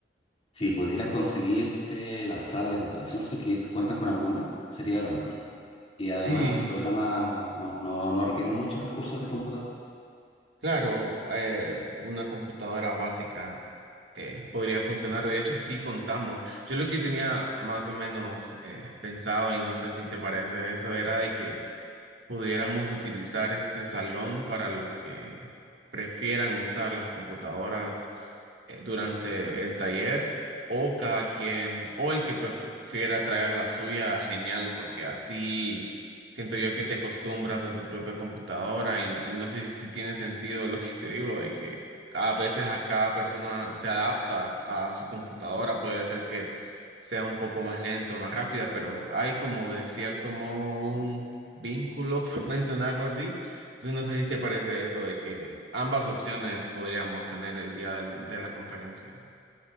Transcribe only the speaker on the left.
si pudieras conseguirte la sala de computación, sí que cuentan con alguna, sería lo mejor. Y además
estos programas no, no, no requieren muchos recursos de computador.